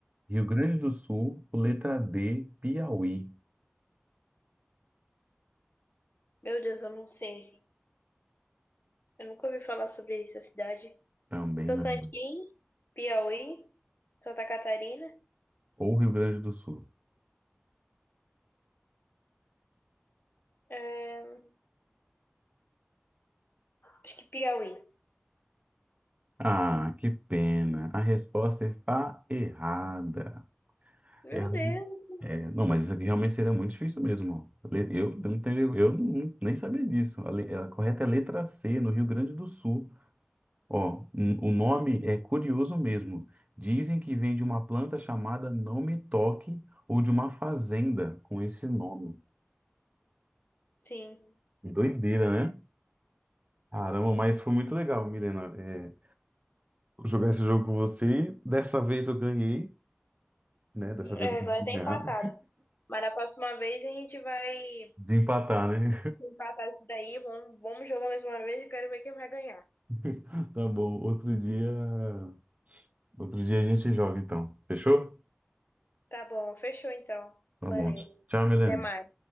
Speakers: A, on the right; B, on the left.
A: Rio Grande do Sul, letra D, Piauí.
B: Meu Deus, eu não sei. Eu nunca ouvi falar sobre essa cidade.
A: Também
B: Tocantins,
A: não.
B: Piauí, Santa Catarina.
A: Ou Rio Grande do Sul.
B: É, acho que Piauí.
A: Ah, que pena. A resposta está errada.
B: Meu
A: É,
B: Deus.
A: é, não, mas isso aqui realmente seria muito difícil mesmo. ó. Le- Eu, eu não tenho, eu não- nem sabia disso. A, le- a correta é a letra C, no Rio Grande do Sul. Ó, n- o nome é curioso mesmo. Dizem que vem de uma planta chamada Não Me Toque ou de uma fazenda com esse nome.
B: Sim.
A: Doideira, né? Caramba, mas foi muito legal, Milena, é, jogar esse jogo com você. Dessa vez eu ganhei, né? Dessa vez
B: É,
A: eu consegui
B: agora tá
A: ganhar.
B: empatada. Mas na próxima vez a gente vai
A: Desempatar, né?
B: Se empatar isso daí, vamos, vamos jogar mais uma vez e quero ver quem vai ganhar.
A: <laughs> Tá bom. Outro dia, outro dia a gente joga então. Fechou?
B: Tá bom, fechou então.
A: Tá
B: Valeu.
A: bom. Tchau, Milena.
B: Até mais.